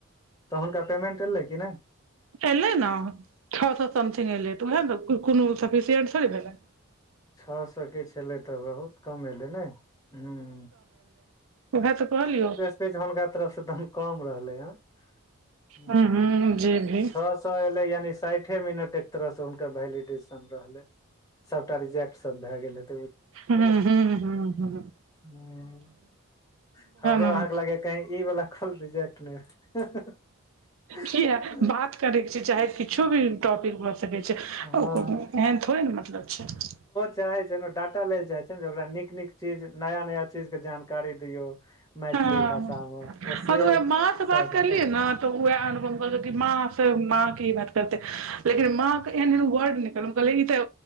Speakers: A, on the left (about 15°); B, on the right (about 65°).
A: त हुनका पेमेंट एलै कि नय
B: एलै ने छ सौ समथिंग एलै त उहे कोनो सेफीशिएंट थोड़े भेलय
A: छ सौ के छलै त बहुत कम एलै ने हूं
B: ओहे त कहलियौ
A: हुनका तरफ स तहन कम रहलै हन हूँ
B: हुं
A: हूँ
B: हुं जे भी
A: छ सौ एलै यानि साठि साठि मिनट एक तरह से हुनका वैलिडेसन रहलै सबटा रिजेक्ट सब भे गेल हेते
B: हूँ हूँ हूँ हूँ हूँ
A: हूँ हमरो
B: ने
A: अहाँ के लागय ये कही ई वाला कॉल रिजेक्ट <unintelligible> भेल।
B: किया बात करैके छैय चाहे किछो भी टॉपिक भऽ सकै छैय।
A: हँ
B: ओकर एहन थोड़े ने मतलब छैय।
A: चाहै छैय ने डाटा लै ल चाहै छैय ने जे ओकरा नीक नीक चीज नया नया चीज के जानकारी दियौ। मैथिली
B: हँ
A: भाषा मे ओ से
B: हँ तऽ उएह माँसँ बात
A: शायद
B: करलियै ने उएह अनु माँ से माँ के ई बात करते लेकिन माँ के एहन एहन वर्ड निक ई तऽ